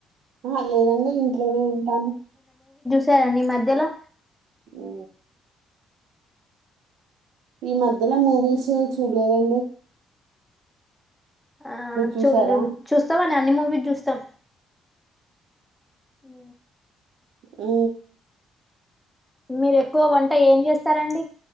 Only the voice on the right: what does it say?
ఆహా లేదండి, ఇంట్లోనే ఉంటాము
ఉ ఈ మ ఈ మధ్యలో మూవీస్
చూడలేదు అండి
చూసారా
ఊ